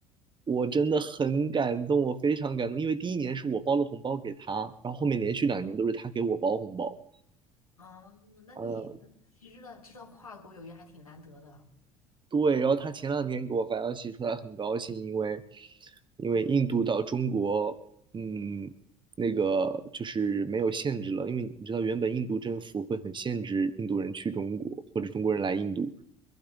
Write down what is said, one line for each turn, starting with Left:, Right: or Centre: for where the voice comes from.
Right: 我真的很感动，我非常感动，因为第一年是我包了红包给他，然后后面连续两年都是他给我包红包。
Left: 啊，那你其实呢，
Right: 嗯。
Left: 道知道跨国友谊还挺难得的
Right: 对，然后他前两天给我发消息说他很高兴，因为因为印度到中国，嗯，那个就是没有限制了，因为你知道原本印度政府会很限制印度人去中国或者中国人来印度，